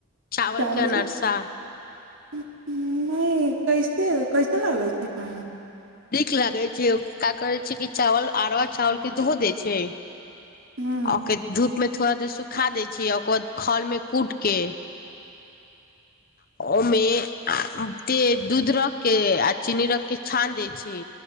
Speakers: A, on the left; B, on the right.
A: चावलके
B: चावल
A: अनरसा
B: के नहि कैसे कैसन लागै छै खायमे
A: नीक लागे छै का करै छै की चावल अरवा चावल के धो दै छै
B: खायमे
A: आ ओके धूप मे थोड़ा दे सुखा दै छै ओकर बाद खल मे कूट के ओमे दूध रख के आ चीनी रख के छान दै छी